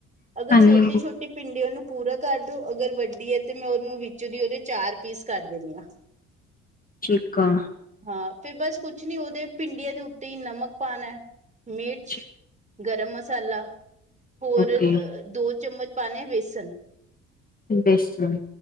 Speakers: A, on the right; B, on the left.
A: ਅਗਰ,
B: ਹਾਂਜੀ
A: ਛੋਟੇ-ਛੋਟੇ
B: ਹਾਂਜੀ
A: ਪਿੰਡਿਆਂ ਨੂੰ ਪੂਰਾ ਕਰ ਦੋ, ਅਗਰ, ਵੱਡੀ ਹੈ ਤੇ, ਮੈਂ ਓਨੂੰ ਵਿੱਚੋਂ ਦੀ ਓਦੇ ਚਾਰ ਪੀਸ ਕਰ ਦਿੰਦੀ ਹਾਂ
B: ਚੀਕਾ
A: ਹਾਂ, ਫਿਰ ਬਸ ਕੁਛ ਨੀ ਓਦੇ ਭਿੰਡੀਆਂ ਦੇ ਉੱਤੇ ਹੀ ਨਮਕ ਪਾਣੈ, ਮਿਰਚ
B: ਠੀਕ
A: ਗਰਮ ਮਸਾਲਾ, ਹੋਰ
B: ਓਕੇ
A: ਦੋ ਚਮਚ, ਪਾਣੇ ਐ ਵੇਸਨ
B: ਬੇਸ਼ਨ